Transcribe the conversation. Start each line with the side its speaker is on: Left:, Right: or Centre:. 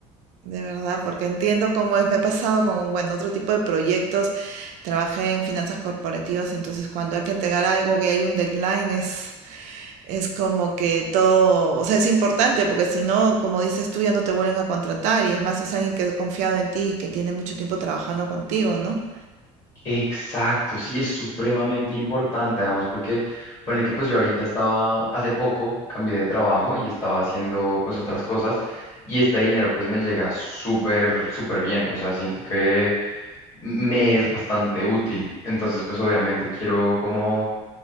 Right: de verdad, porque entiendo cómo es. Me ha pasado con, un, bueno, otro tipo de proyectos. Trabajé en finanzas corporativas, entonces cuando hay que entregar algo que hay un deadline es, es como que todo, o sea, es importante, porque si no, como dices tú, ya no te vuelven a contratar y es más, si es alguien que ha confiado en ti, y que tiene mucho tiempo trabajando contigo, ¿no?
Left: Exacto, sí, es supremamente importante, además porque ponle que pues yo ahorita estaba, hace poco cambié de trabajo y estaba haciendo pues otras cosas y este dinero pues me llega súper, súper bien, o sea, siento que me es bastante útil. Entonces, pues obviamente quiero como